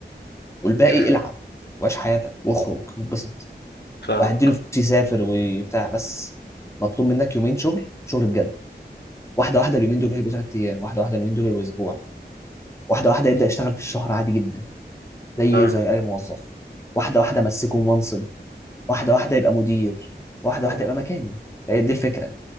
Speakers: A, on the left; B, on the left.
A: والباقي
B: شوف
A: العب وعيش حياتك واخرج واتبسط
B: فاهمك
A: وهديله
B: اه
A: فلوس يسافر وبتاع بس مطلوب منك يومين شغل شغل بجد واحدة واحدة اليومين دول هيبقوا ثلاث ايام واحدة واحدة اليومين دول هيبقوا اسبوع واحدة واحدة يبدأ يشتغل في الشهر عادي جدا زي
B: اه
A: زي اي موظف واحده واحده امسكه منصب واحده واحده يبقى مدير واحده
B: آه.
A: واحده يبقى مكاني هي دي الفكره يعني